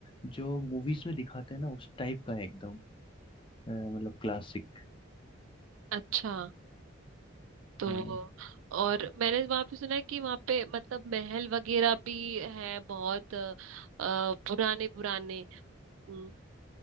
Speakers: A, on the left; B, on the right.
A: जो मूवीज में दिखाते हैं ना उस टाइप का है एकदम अ, मतलब क्लासिक
B: अच्छा तो
A: हाँ
B: और मैंने वहां पे सुना है कि वहां पे मतलब महल वगैरह भी है बहुत अ, पुराने पुराने हम्म,